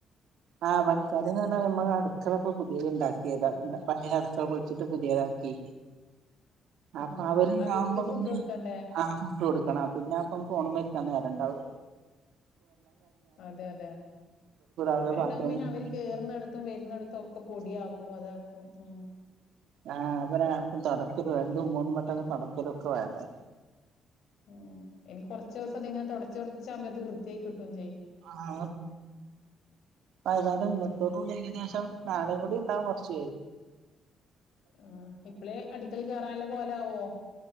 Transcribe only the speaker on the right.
ആഹ് പണിക്കാരന്ന് പറഞ്ഞാ നമ്മള് അടുക്കള ഇപ്പോപുതിയത് ഇണ്ടാക്കിയതാ പഴയ അടുക്കള പൊളിച്ചിട്ട് പുതിയതാക്കി
അപ്പൊ അവര് ണ്ടവുമ്പോ
പിന്നെ
ആ ഫുഡ്‌ കൊടുക്കും പിന്നെ അപ്പം ഫോൺമൽ ഇരിക്കാൻ നേരെണ്ടാവൂല
അവരെ
പാത്രം
കഴുകലും
ആഹ് അത ആക്കോറ <unintelligible> രണ്ടും മൂന്നും വട്ടം തുടക്കലൊക്കെ വേണ്ടേ
ആഹ പയതാല
ഇന്നത്തോട്
കൂടി ഏകദേശം നാളെയും കൂടി ഉണ്ടാവും കൊറച്ച